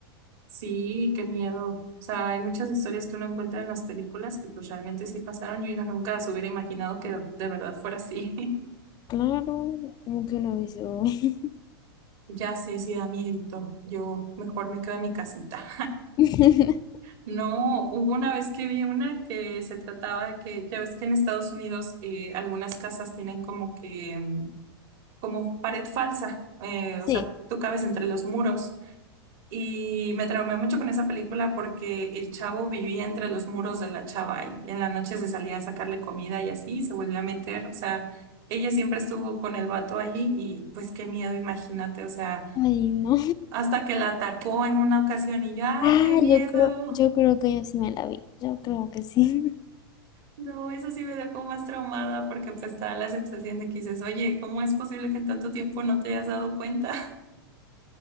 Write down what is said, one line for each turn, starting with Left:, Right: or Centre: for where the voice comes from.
Right: Sí, qué miedo. O sea, hay muchas historias que uno encuentra en las películas que pues realmente sí pasaron y uno nunca se hubiera imaginado que de verdad fuera así. <laughs>
Left: Claro, como que uno dice, "Uy".
Right: Ya sé, sí da miedito. Yo mejor me quedo en mi casita.
Left: <laughs>
Right: No, hubo una vez que vi una que se trataba de que, ya ves que en Estados Unidos eh, algunas casas tienen como que, mm, como pared falsa. eh,
Left: Sí,
Right: o sea, tú cabes entre los muros. Y me traumé mucho con esa película porque el chavo vivía entre los muros de la chava y en la noche se salía a sacarle comida y así y se volvió a meter. O sea, ella siempre estuvo con el vato ahí y pues qué miedo, imagínate. O sea,
Left: ay no.
Right: hasta que la atacó en una ocasión y yo, ay,
Left: Ah,
Right: qué miedo.
Left: yo creo, yo creo que yo sí me la vi. Yo creo que sí. <laughs>
Right: No, eso sí me dejó más traumada porque pues te da la sensación de que dices, oye, ¿cómo es posible que en tanto tiempo no te hayas dado cuenta? <laughs>